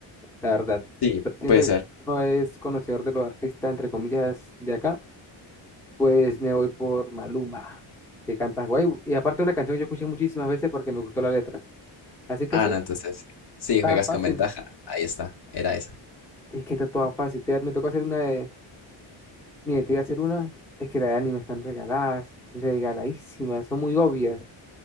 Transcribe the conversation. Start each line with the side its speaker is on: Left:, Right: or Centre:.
Centre: la verdad.
Left: Sí,
Centre: Pero siento
Left: puede
Centre: que
Left: ser.
Centre: uno es conocedor de los artistas, entre comillas, de acá. Pues me voy por Maluma, que canta guay. Y aparte una canción que yo escuché muchísimas veces porque me gustó la letra. Así que
Left: Ah,
Centre: sí,
Left: no, entonces. Sí,
Centre: está
Left: juegas
Centre: fácil.
Left: con ventaja. Ahí está, era esa.
Centre: Es que está toda fácil. te- me tocó hacer una de... Mire, te voy a hacer una. Es que las de anime están regaladas, regaladísimas, son muy obvias.